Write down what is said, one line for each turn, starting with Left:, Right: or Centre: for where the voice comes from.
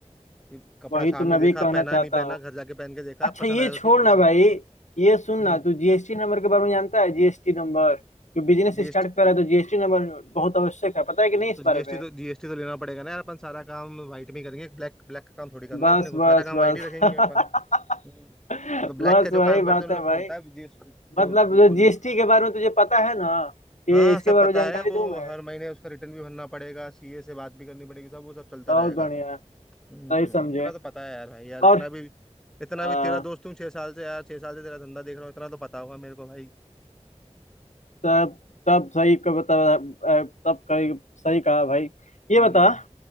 Centre: कि कपड़ा
Left: वही
Centre: सामने
Left: तो मैं
Centre: देखा
Left: भी कहना
Centre: पहना
Left: चाहता
Centre: नहीं पहना
Left: हूँ
Centre: घर जाके पहन के देखा
Left: अच्छा
Centre: पसंद
Left: ये
Centre: आया तो
Left: छोड़
Centre: ठीक वरना
Left: ना
Centre: कोई
Left: भाई
Centre: बात
Left: ये सुन
Centre: हम्म
Left: ना तू जीएसटी नंबर के बारे में जानता है जीएसटी नंबर जो बिजनेस
Centre: जीएसटी
Left: स्टार्ट कर रहा है तो जीएसटी नंबर बहुत आवश्यक है पता है कि नहीं इस
Centre: तो जीएसटी
Left: बारे में
Centre: तो जीएसटी तो लेना पड़ेगा ना यार अपन सारा काम व्हाइट में ही करेंगे ब्लैक ब्लैक का काम थोड़ी करना
Left: बस
Centre: है अपने को
Left: बस
Centre: सारा काम
Left: बस
Centre: व्हाइट ही रखेंगे
Left: <laughs>
Centre: अपन हम्म। वो तो
Left: बस
Centre: ब्लैक का
Left: वही
Centre: जो काम
Left: बात
Centre: करते हैं उन
Left: है
Centre: लोग
Left: भाई
Centre: को होता है GST जो
Left: मतलब
Centre: उनको
Left: जो
Centre: नहीं
Left: जीएसटी के बारे में तुझे पता है ना कि
Centre: हाँ
Left: इसके
Centre: सब
Left: बारे
Centre: पता
Left: में जानकारी
Centre: है वो
Left: दूं मैं
Centre: हर महीने उसका रिटर्न भी भरना पड़ेगा सीए से बात भी करनी पड़ेगी सब वो सब चलता
Left: बहुत
Centre: रहेगा
Left: बढ़िया सही
Centre: हम्म
Left: समझे
Centre: इतना तो पता है यार भाई यार इतना
Left: और
Centre: भी इतना
Left: आ,
Centre: भी तेरा दोस्त हूँ छह साल से यार छह साल से तेरा धंधा देख रहा हूँ इतना तो पता होगा मेरे को भाई
Left: तब तब सही का बता आ, तब कही सही कहा भाई ये
Centre: हम्म
Left: बता